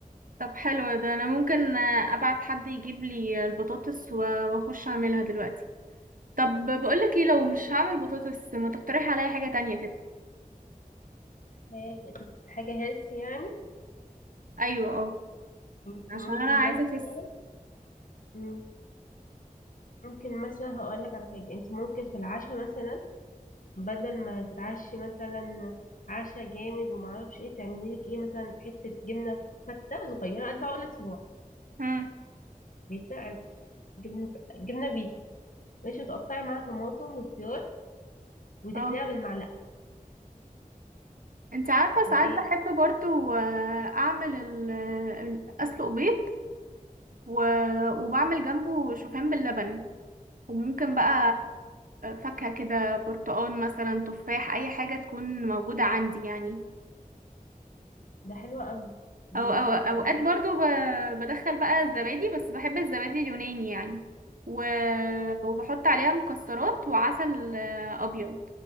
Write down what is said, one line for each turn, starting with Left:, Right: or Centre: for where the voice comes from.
Right: طب حلو ده انا ممكن آه، ابعت حد يجيب لي البطاطس و- واخش اعملها دلوقتي طب بقولك ايه لو مش هعمل بطاطس ما تقترح عليا حاجة تانية كده
Left: حاجة طب حاجة هيلث يعني
Right: ايوه اه
Left: انت
Right: عشان
Left: ممكن
Right: انا عايزة
Left: مثلا
Right: اخس
Left: مم، ممكن مثلا هقولك على حاجة انت ممكن في العشاء مثلا بدل ما تتعشي مثلا عشاء جامد ومعرفش ايه تعملي لك ايه مثلا حتة جبنة فتة صغيرة قد عقلة صباع
Right: مم،
Left: فيتا جبنة جبنة فيتا ماشي وتقطعي معاها طماطم وخيار وتاكليها
Right: اه
Left: بالمعلقة
Right: انت عارفة
Left: فايه
Right: ساعات بحب برضو آه، اعمل ال- ال- اسلق بيض و... وبعمل جنبه شوفان باللبن وممكن بقى فاكهة كده برتقال مثلا تفاح اي حاجة تكون موجودة عندي يعني
Left: ده حلو قوي وممكن
Right: او او اوقات
Left: كمان
Right: برضو ب- بدخل بقى الزبادي بس بحب الزبادي اليوناني يعني و... وبحط عليها مكسرات وعسل آه، ابيض